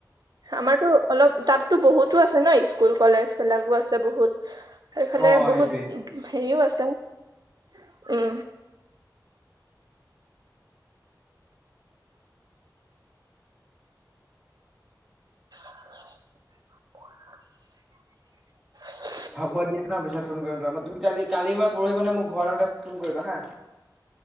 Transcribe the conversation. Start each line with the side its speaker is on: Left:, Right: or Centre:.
Right: আমাৰতো অলপ তাততো বহুতো আছে ন স্কুল কলেজ বিলাকো আছে বহুত। সেইফালে
Centre: অ
Right: বহুত
Centre: সেইটোৱে
Right: হেৰিও আছে। <unintelligible> উ। <inaudible>
Centre: হ'ব দিয়া ন পিছত ফোন কৰিম মই তুমি কালি কালি মই পৰহি মানে মোৰ ঘৰ আহোতে ফোন কৰিবা হাঁ।